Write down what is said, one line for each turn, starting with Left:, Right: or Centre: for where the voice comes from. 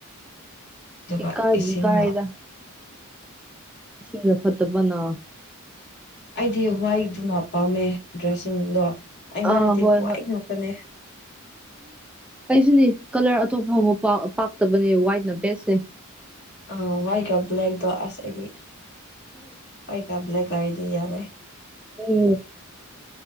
Left: ꯑꯗꯨꯒ
Centre: ꯏꯀꯥꯏꯕꯨ
Left: ꯏꯁꯤꯡꯅ
Centre: ꯏꯀꯥꯏꯗ ꯏꯁꯤꯡꯅ ꯐꯠꯇꯕꯅ
Left: ꯑꯩꯗꯤ ꯍ꯭ꯋꯥꯏ ꯗꯨꯅ ꯄꯥꯝꯃꯦ ꯗ꯭ꯔꯦꯁꯁꯤꯡꯗꯣ ꯑꯩꯉꯣꯟꯗꯗꯤ
Centre: ꯑꯥ ꯍꯣꯏ
Left: ꯍ꯭ꯋꯥꯏ
Centre: ꯍꯣꯏ
Left: ꯉꯥꯛꯇꯅꯦ
Centre: ꯑꯩꯁꯨꯅꯤ ꯀꯂꯔ ꯑꯇꯣꯞꯄꯕꯨ ꯄ ꯄꯥꯛꯇꯕꯅꯦ ꯋꯥꯏꯠꯅ ꯕꯦꯁꯅꯦ
Left: ꯑꯥ ꯋꯥꯏꯠꯀ ꯕ꯭ꯂꯦꯛꯗꯣ ꯑꯁ ꯑꯩꯗꯤ ꯋꯥꯏꯠꯀ ꯕ꯭ꯂꯦꯛ ꯂꯩꯔꯗꯤ ꯌꯥꯔꯦ
Centre: ꯎꯝ